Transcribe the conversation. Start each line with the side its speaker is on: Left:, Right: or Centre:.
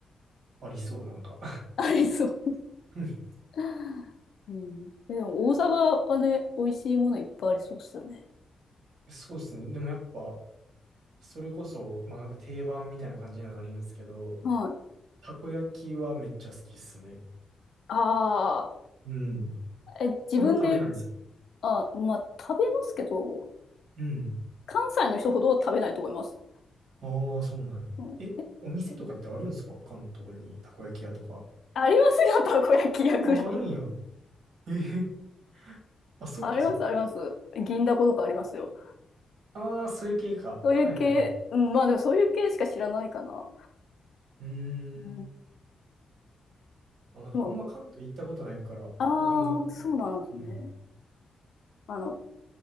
Right: あ、ありそう、なんか。
Left: ありそう。
Right: <laughs>
Left: <laughs> うん。え、でも大阪はね、美味しいものいっぱいありそうっすよね。
Right: そうっすね。でもやっぱ、それこそ、まあなんか定番みたいな感じにはなるんですけど、
Left: はい。
Right: たこ焼きはめっちゃ好きっすね。
Left: あ
Right: うん。
Left: あ、え、自分で、
Right: あんま食べないっす。
Left: あ、まあ、食べますけど、
Right: うん。
Left: 関西の人ほどは食べないと思います。
Right: ああ、そうなんや。
Left: うん
Right: え、お店とかってあるんですか関東に、たこ焼き屋とか。
Left: ありますよ、たこ焼き屋ぐらい。
Right: あ、あるんや。ええ、あ、そっかそっか。
Left: あります、あります。銀だことかありますよ。
Right: ああー、そういう系か。
Left: そういう系、
Right: はいはい。
Left: うん、まあでもそういう系しか知らないかな。
Right: うーん。
Left: うん
Right: あ、なんかあんま関東行ったことないからわかんなくて。
Left: でも、ああー、そうなんですね。
Right: うん。
Left: あの、